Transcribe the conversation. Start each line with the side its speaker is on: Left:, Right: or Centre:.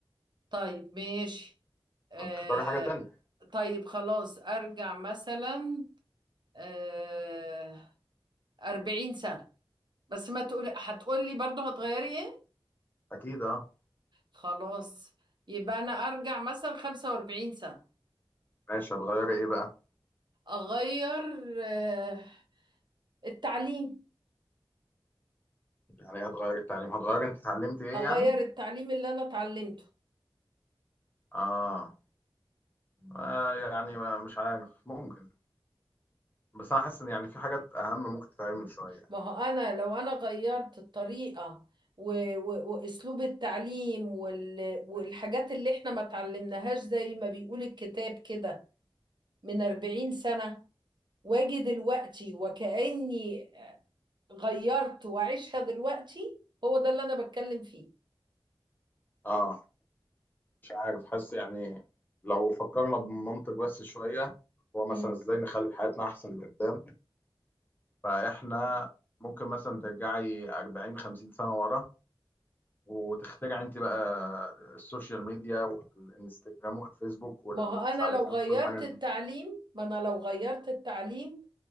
Right: طيب ماشي آه
Left: انت اختاري حاجه تانية
Right: طيب خلاص ارجع مثلا آه أربعين سنة بس ما تقول هتقول لي برضو هتغيري ايه
Left: اكيد اه
Right: خلاص يبقى انا ارجع مثلا خمسة واربعين سنة
Left: ماشي هتغيري ايه بقى
Right: اغير آه التعليم
Left: يعني ايه هتغيري التعليم هتغيري انت اتعلمتي ايه
Right: اغير
Left: يعني
Right: التعليم اللي انا اتعلمته
Left: اه, آه يعني ما مش عارف ممكن بس انا حاسس ان يعني في حاجات اهم ممكن تتعمل شويه
Right: ما هو انا لو انا غيرت الطريقة و... و... واسلوب التعليم وال... والحاجات اللي احنا ما اتعلمناهاش زي ما بيقول الكتاب كده من 40 سنة واجي دلوقتي وكأني غيرت وعيشها دلوقتي هو ده اللي أنا بتكلم فيه
Left: اه مش عارف حاسس يعني لو فكرنا بمنطق بس شوية هو مثلا
Right: مم.
Left: ازاي نخلي حياتنا أحسن لقدام فإحنا ممكن مثلا ترجعي 40 50 سنة ورا وتخترعي أنت بقى السوشيال ميديا والإنستجرام والفيسبوك والمش
Right: ما هو أنا
Left: عارف
Right: لو
Left: إيه وكل
Right: غيرت
Left: الحاجات
Right: التعليم
Left: دي
Right: ما أنا لو غيرت التعليم